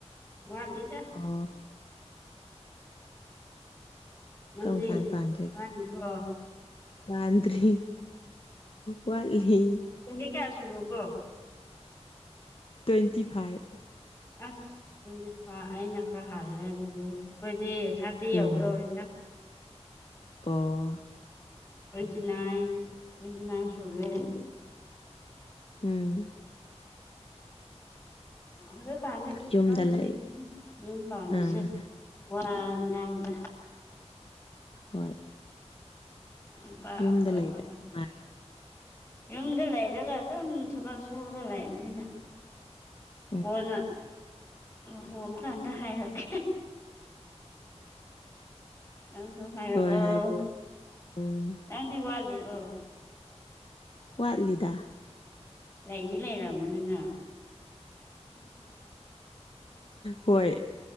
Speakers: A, on the left (about 25°); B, on the left (about 50°).
A: ꯋꯥꯂꯤꯗ꯫
B: ꯑꯣ꯫
A: ꯅꯪꯗꯤ
B: ꯀꯔꯝ ꯀꯥꯟ ꯄꯥꯟꯗꯣꯏꯕ
A: ꯋꯥꯠꯂꯤꯕꯣ
B: ꯄꯥꯟꯗ꯭ꯔꯤ꯫ ꯋꯥꯠꯂꯤ꯫
A: ꯆꯍꯤ ꯀꯌꯥ ꯁꯨꯔꯕꯣ
B: ꯇ꯭ꯋꯦꯟꯇꯤ ꯐꯥꯏꯚ꯫
A: ꯑꯁ ꯇ꯭ꯋꯦꯟꯇꯤ ꯐꯥꯏꯚ ꯑꯩꯅ ꯈꯔ ꯍꯜꯂꯦ ꯑꯗꯨꯗꯤ ꯑꯩꯈꯣꯏꯗꯤ ꯊꯥꯔꯇꯤ
B: ꯎꯝ
A: ꯌꯧꯒꯗꯧꯔꯦꯗ꯫
B: ꯑꯣ꯫
A: ꯇ꯭ꯋꯦꯟꯇꯤ ꯅꯥꯏꯟ ꯇ꯭ꯋꯦꯟꯇꯤ ꯅꯥꯏꯟ ꯁꯨꯔꯦꯍꯦ꯫
B: ꯎꯝ꯫
A: ꯍꯧꯖꯤꯛ ꯀꯥꯟꯗꯤ <unintelligible>
B: ꯌꯨꯝꯗ ꯂꯩ
A: ꯌꯨꯝ ꯄꯥꯟꯕꯁꯦ꯫
B: ꯑꯥ
A: ꯋꯥ ꯑꯗꯨꯉꯥꯡꯅꯨꯗ꯫
B: ꯍꯣꯏ꯫
A: ꯅꯨꯄꯥ
B: ꯌꯨꯝꯗ
A: ꯑꯐꯕꯥ꯫
B: ꯂꯩꯕ ꯅꯨꯡꯉꯥꯏ
A: ꯌꯨꯝꯗ ꯂꯩꯔꯒ ꯑꯗꯨꯝ ꯊꯕꯛ ꯁꯨꯔꯒ ꯂꯩꯕꯅꯤꯗ꯫
B: <inaudible>
A: ꯀꯣꯟꯅ ꯂꯨꯍꯣꯡꯕ ꯀꯥꯟꯗ ꯍꯥꯏꯔꯀꯦ꯫ ꯅꯪꯁꯨ ꯍꯥꯏꯔꯛꯑꯣ
B: ꯍꯣꯏ ꯍꯥꯏꯔꯑꯣ ꯎꯝ
A: ꯅꯪꯗꯤ ꯋꯥꯇꯂꯤꯕꯣ
B: ꯋꯥꯠꯂꯤꯗ
A: ꯂꯩꯗꯤ ꯂꯩꯔꯝꯒꯅꯤꯅ
B: ꯍꯣꯏ